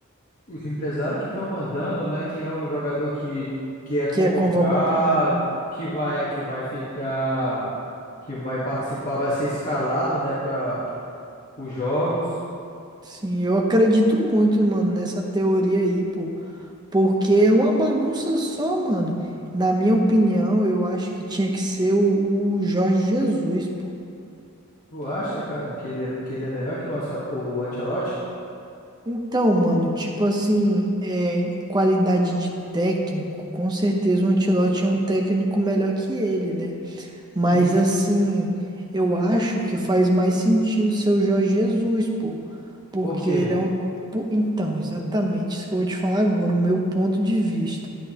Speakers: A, on the left; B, on the right.
A: os empresários que estão mandando, né? Quem é o jogador que, que é convocado,
B: que é convoc... é,
A: que vai, que vai ficar, que vai participar, vai ser escalado, né, para os jogos.
B: sim, eu acredito muito, mano, nessa teoria aí, pô. Porque é uma bagunça só, mano. Na minha opinião, eu acho que tinha que ser o, o Jorge Jesus, pô.
A: Tu acha, cara, que ele, é- que ele é melhor que o, Ancel- o Ancelotti?
B: Então, mano, tipo assim, é, em qualidade de técnico, com certeza o Ancelotti é um técnico melhor que ele, né? Mas
A: Sim, sim.
B: assim, eu acho que faz mais sentido ser o Jorge Jesus, pô. Porque
A: Por quê?
B: ele é um. pô, Então, exatamente isso que eu vou te falar agora, o meu ponto de vista.